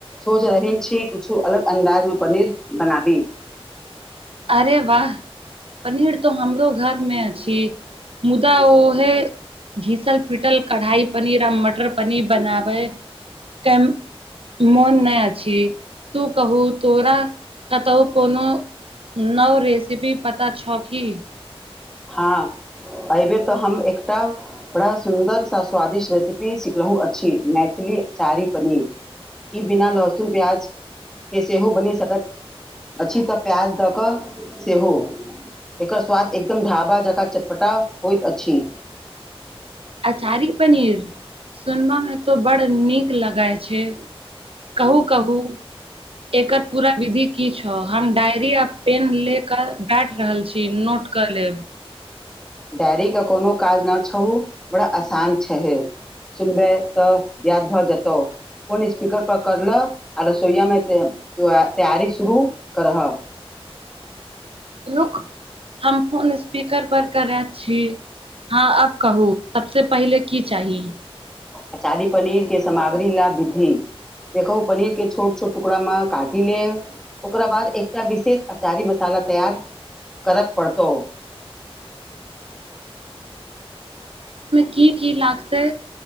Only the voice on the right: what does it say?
अरे वाह, पनीर त हमरो घर मे छी। मुदा ओहे घीसल पिटल कढ़ाई पनीर आ मटर पनीर बनाबै त मोन नहि अछि, तु कहु तोरा कत त कोनो नव रेसिपी पता छ कि
अचारी पनीर सुनबा मे त बर नीक लगै छै। कहु कहु। एकर पुरा विधि की छ, हम डायरी आ पेन ले क काटि रहल छी नोट क लेब।
रुक, हम फोन स्पीकर पर करैत छी, हां आब कहु। सबसे पहिले की चाही?
कि कि लागतै